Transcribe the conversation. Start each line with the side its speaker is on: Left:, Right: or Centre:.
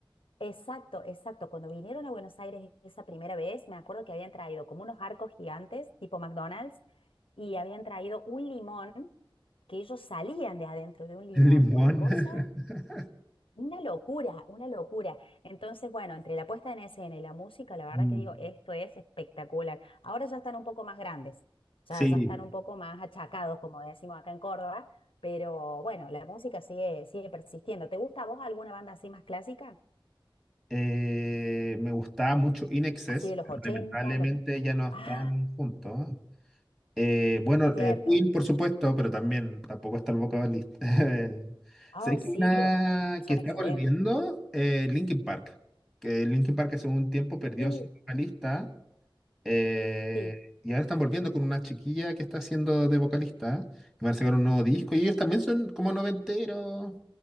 Left: Exacto, exacto. Cuando vinieron a Buenos Aires esa primera vez, me acuerdo que habían traído como unos arcos gigantes, tipo McDonald's, y habían traído un limón, que ellos salían de adentro
Centre: <laughs>
Left: de un limón.
Centre: El limón.
Left: Una cosa,
Centre: <laughs>
Left: una locura, una locura. Entonces, bueno, entre la puesta en escena y la música, la verdad
Centre: Mm,
Left: que digo, esto es espectacular. Ahora ya están un poco más grandes, ya,
Centre: Sí,
Left: ya están un poco más achacados, como decimos acá en Córdoba, pero bueno, la música sigue, sigue persistiendo. ¿Te gusta a vos alguna banda así más clásica?
Centre: eh, me gustaba mucho In Excess,
Left: así de los
Centre: pero
Left: 80,
Centre: lamentablemente
Left: los...
Centre: ya no están
Left: Ah,
Centre: juntos. Eh, bueno,
Left: cierto.
Centre: eh, Queen, por supuesto, pero también tampoco está el vocalista. <laughs> El-
Left: Ah,
Centre: ¿Sabes
Left: sí,
Centre: que una
Left: pero son
Centre: que está
Left: excelentes.
Centre: volviendo? Eh, Linkin Park. Que Linkin Park hace un tiempo perdió
Left: Sí,
Centre: a su vocalista eh,
Left: sí,
Centre: y ahora están volviendo con una chiquilla que está haciendo de vocalista. Y van a sacar un nuevo disco y ellos también son como noventeros,